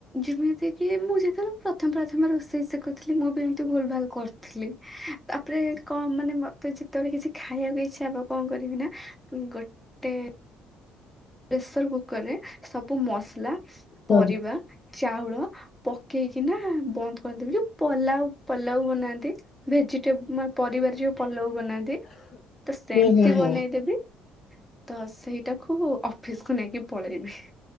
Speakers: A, in the centre; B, on the left (about 45°).
A: ଯେମିତି କିି ମୁଁ ଯେତେବେଳେ ପ୍ରଥମ ପ୍ରଥମେ ରୋଷେଇ ଶିଖୁଥିଲି ମୁଁ ବି ଏମିତି ଭୁଲ ଭାଲ କରୁଥିଲି ତାପରେ କଣ ମାନେ ମତେ ଯେତେବେଳେ କିଛି ଖାଇବାକୁ ଇଚ୍ଛା ହବ କଣ କରିବି ନା ଗୋଟେ ପ୍ରେସର କୁକର ରେ ସବୁ ମସଲା
B: ହୁଁ
A: ପରିବା ଚାଉଳ ପକେଇକିନା ବନ୍ଦ କରିଦେବି ଯଉ ପଲାଉ ପଲାଉ ବନାନ୍ତି ଭେଜିଟେବଲ ମୋ ପରିବାରେ ଯଉ ପଲଉ ବନାନ୍ତି ତ ସେମିତି
B: ହୁଁ ହୁଁ
A: ବନେଇଦେବି ତ ସେଇଟାକୁୁ ଅଫିସକୁୁ ନେଇକି ପଳେଇବି।